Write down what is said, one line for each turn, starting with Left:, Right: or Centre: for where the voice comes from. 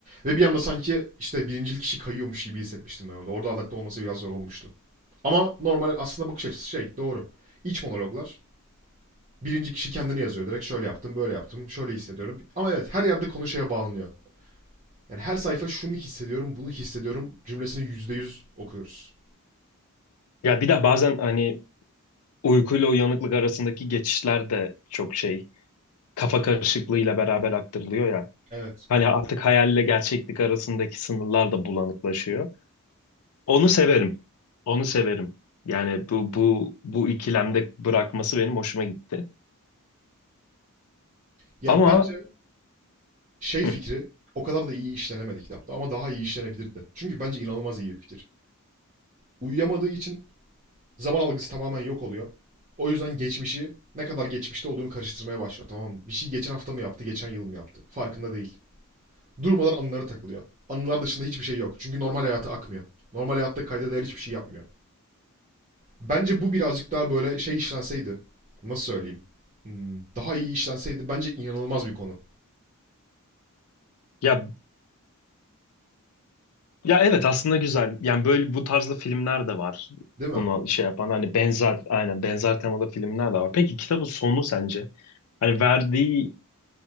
Right: Ve bir anda sanki işte birincil kişi kayıyormuş gibi hissetmiştim ben orada. Orada adapte olması biraz zor olmuştu. Ama normal aslında bakış açısı şey doğru. İç monologlar. Birinci kişi kendini yazıyor. Direkt şöyle yaptım, böyle yaptım, şöyle hissediyorum. Ama evet her yerde konu şeye bağlanıyor. Yani her sayfa şunu hissediyorum, bunu hissediyorum cümlesini %100 okuyoruz.
Left: Ya bir de bazen hani uykuyla uyanıklık arasındaki geçişler de çok şey kafa karışıklığıyla beraber aktarılıyor ya.
Right: Evet.
Left: Hani artık hayalle gerçeklik arasındaki sınırlar da bulanıklaşıyor. Onu severim. Onu severim. Yani bu bu bu ikilemde bırakması benim hoşuma gitti.
Right: Ya
Left: Ama
Right: bence şey
Left: hı,
Right: fikri o kadar da iyi işlenemedi kitapta ama daha iyi işlenebilirdi. Çünkü bence inanılmaz iyi bir fikir. Uyuyamadığı için zaman algısı tamamen yok oluyor. O yüzden geçmişi ne kadar geçmişte olduğunu karıştırmaya başlıyor. Tamam mı? Bir şey geçen hafta mı yaptı, geçen yıl mı yaptı? Farkında değil. Durmadan anılara takılıyor. Anılar dışında hiçbir şey yok. Çünkü normal hayatı akmıyor. Normal hayatta kayda değer hiçbir şey yapmıyor. Bence bu birazcık daha böyle şey işlenseydi. Nasıl söyleyeyim? Hmm, Daha iyi işlenseydi bence inanılmaz bir konu.
Left: ya Ya evet aslında güzel. Yani böyle bu tarzda filmler de var.
Right: Değil mi?
Left: Buna şey yapan hani benzer aynen benzer temalı filmler de var. Peki kitabın sonu sence? Hani verdiği